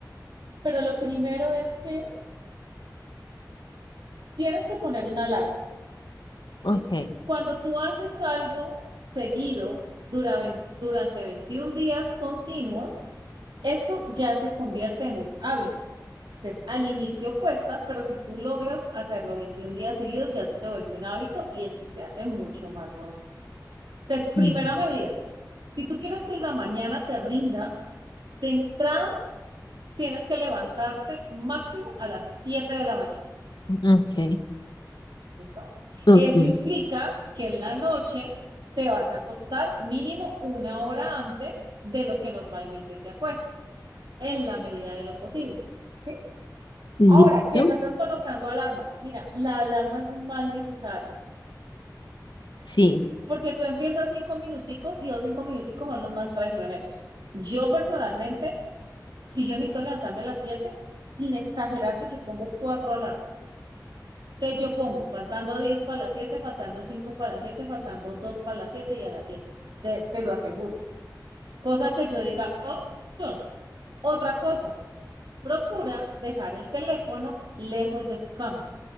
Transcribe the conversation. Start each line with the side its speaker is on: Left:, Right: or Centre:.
Right: Pero lo primero es que tienes que poner una alarma,
Left: Ok.
Right: ¿sí? Cuando tú haces algo seguido dura- durante 21 días continuos, eso ya se convierte en un hábito. Entonces, al inicio cuesta, pero si tú logras hacerlo 21 días seguidos, ya se te vuelve un hábito y eso se hace mucho más normal. Entonces, primera
Left: Ujú,
Right: medida, si tú quieres que la mañana te rinda, de entrada tienes que levantarte máximo a las 7 de la mañana,
Left: Ok.
Right: ¿listo?
Left: Ok.
Right: Eso implica que en la noche te vas a acostar mínimo una hora antes de lo que normalmente te acuestas, en la medida de lo posible. ¿sí?
Left: Listo.
Right: Ahora, que no estás colocando alarmas. Mira, la alarma es un mal necesario,
Left: Sí.
Right: porque tú empiezas cinco minuticos y dos cinco minuticos son los más traicioneros. Yo personalmente, si yo necesito levantarme a las siete, sin exagerarte, yo pongo cuatro alarmas. Entonces yo pongo, faltando diez para las siete, faltando cinco para las siete, faltando dos para las siete y a las siete. Te, te lo aseguro. Cosa que yo diga, "Ah, ah". Otra cosa, procura dejar el teléfono lejos de tu cama.